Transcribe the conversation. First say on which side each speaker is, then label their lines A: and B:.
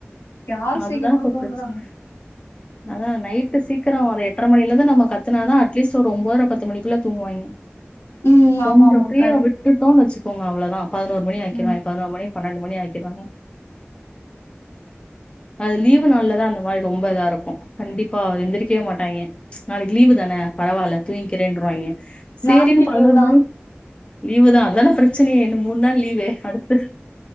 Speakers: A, on the left; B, on the left.
A: யாரு
B: அதுதா
A: சீக்கிரமா
B: இப்ப
A: தூங்குறா
B: பிரச்சனை அதா நைட்டு சீக்கிரோ ஒரு எட்டரை மணிலருந் அது நம்ம கத்துனா தா அட்லீஸ்ட் ஒரு ஒம்பதர பத் து மணிக்குள்ள தூங்குவாய்ங்க
A: ம்
B: கொஞ்சோ
A: ஆமா ஆமா
B: ஃப்ரீயா
A: கரெக்ட்
B: விட்டுட்டோன்னு வச்சுக்கோங்க அவ்ளோதா பதினோரு மணி ஆக்கிருவாய்ங்க
A: ம்
B: பதினோரு மணி பன்னெண்டு மணி ஆக்கிருவாங்க அது லீவு நாள்லதா அந்த மாரி ரொம்ப இதா இருக்கு கண்டிப்பா எந்திரிக்கவே மாட்டாய்ங்க ச் நாளைக்கு லீவுதானே பரவாயில்ல தூங்கிக்கறேன்வாய்ங்க செரின்னு
A: நாளைக்கு
B: பதினோரு
A: லீவுதா
B: மணி லீவுதா அதான பிரச்சனையே இன்னும் மூண்நாள் லீவே அடுத்து